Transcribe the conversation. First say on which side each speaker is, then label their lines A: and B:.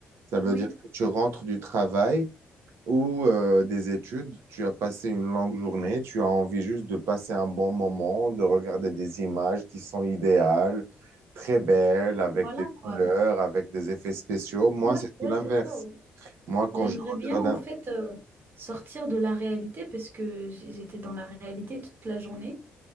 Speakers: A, on the right; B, on the right.
A: Ça veut
B: Oui,
A: dire que tu rentres du travail ou euh, des études, tu as passé une longue journée, tu as envie juste de passer un bon moment, de regarder des images qui sont idéales, très belles, avec
B: voilà
A: des
B: quoi.
A: couleurs, avec des effets spéciaux. Moi,
B: Ouais,
A: c'est
B: ouais,
A: tout l'inverse.
B: c'est ça.
A: Moi, quand
B: J'aimerais
A: je regarde
B: bien en
A: un...
B: fait euh, sortir de la réalité parce que j- j'étais dans la réalité toute la journée